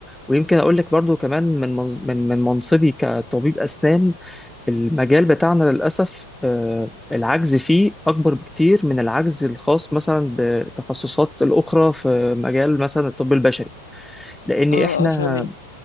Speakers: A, in the centre; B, on the left.
A: ويمكن اقول لك برضو كمان من من من منصبي كطبيب اسنان المجال بتاعنا للأسف آه، العجز فيه أكبر بكتير من العجز الخاص مثلا بتخصصات الأخرى في مجال مثلا الطب البشري لأن
B: اه
A: إحنا
B: اه فاهمة